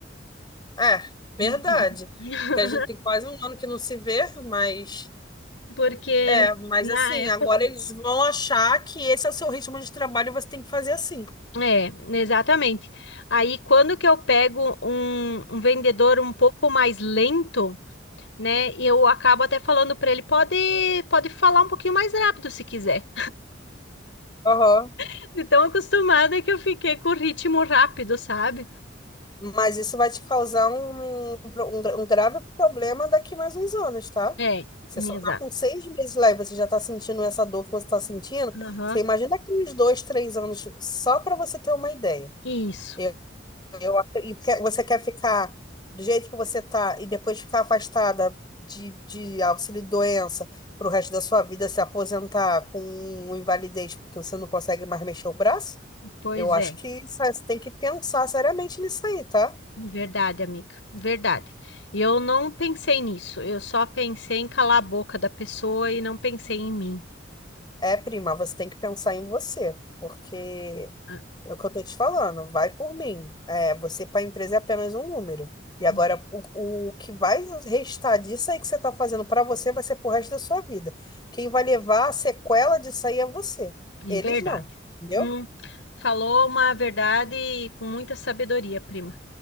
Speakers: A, on the left (about 25°); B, on the left (about 80°).
A: É, verdade.
B: <laughs>
A: Porque a gente tem quase um ano que não se vê, mas.
B: Porque
A: É, mas
B: na
A: assim,
B: época
A: agora eles vão achar que esse é o seu ritmo de trabalho e você tem que fazer assim.
B: É, exatamente. Aí quando que eu pego um, um vendedor um pouco mais lento, né? e Eu acabo até falando para ele, pode, pode falar um pouquinho mais rápido se quiser.
A: Aham.
B: <laughs> De tão acostumada que eu fiquei com o ritmo rápido, sabe?
A: Mas isso vai te causar um, um pro- um, gra- um grave problema daqui mais uns anos, tá?
B: É,
A: Você só
B: exato.
A: tá com seis meses lá e você já tá sentindo essa dor que você tá sentindo.
B: Aham.
A: Você imagina daqui uns dois, três anos, só para você ter uma ideia.
B: Isso.
A: Eu, eu, ac- e que- você quer ficar do jeito que você tá e depois ficar afastada de, de auxílio-doença pro resto da sua vida, se aposentar com uma invalidez porque você não consegue mais mexer o braço?
B: Pois
A: Eu acho
B: é.
A: que isso- você tem que pensar seriamente nisso aí, tá?
B: Verdade, amiga. Verdade. E eu não pensei nisso. Eu só pensei em calar a boca da pessoa e não pensei em mim.
A: É, prima, você tem que pensar em você, porque
B: Ah,
A: é o que eu tô te falando, vai por mim. É, você para a empresa é apenas um número. E agora
B: ok.
A: o, o que vai restar disso aí que você tá fazendo para você vai ser pro resto da sua vida. Quem vai levar a sequela disso aí é você.
B: É
A: Eles
B: verdade.
A: não, entendeu?
B: Hum, falou uma verdade com muita sabedoria, prima.